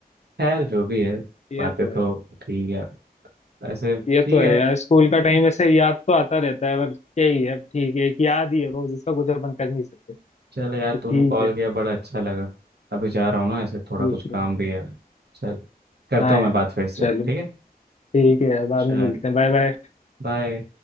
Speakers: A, on the right; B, on the left.
A: खैर जो भी है
B: ये
A: बातें
B: तो
A: तो
B: यार
A: ठीक है ऐसे
B: ये
A: ठीक
B: तो है
A: है
B: यार स्कूल का टाइम ऐसे याद तो आता रहता है पर क्या ही है अब ठीक है एक याद ही है वो जिसका कुछ अपन कर नहीं सकते
A: चल
B: तो
A: यार
B: ठीक
A: तूने कॉल
B: है
A: किया बड़ा अच्छा लगा अभी जा रहा हूँ ना ऐसे थोड़ा
B: देख
A: कुछ
B: रहे
A: काम
B: हैं
A: भी है चल करता
B: हाँ
A: हूँ
B: यार
A: मैं बात फिर से
B: चलो
A: ठीक है
B: ठीक है यार बाद
A: चल
B: में मिलते हैं बाय बाय
A: बाय